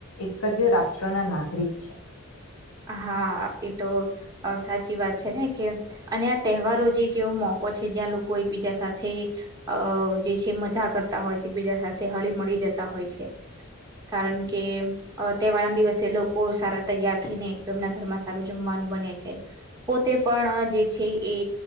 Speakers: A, on the left; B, on the right.
A: એક જ રાષ્ટ્ર ના નાગરિક છે.
B: હા એ તો અ સાચી સાચી વાત છે ને કે અને આ તહેવારો જે એક એવો મોકો છે જ્યાં લોકો એકબીજા સાથે અ અ જે છે મજા કરતા હોય છે એક બીજા સાથે હળી મળી જતા હોય છે. કારણ કે અ તહેવારના દિવસે લોકો સારા તૈયાર થઈને તો એમના ઘરમાં સારું જમવાનું બને છે પોતે પણ અ જે છે, એ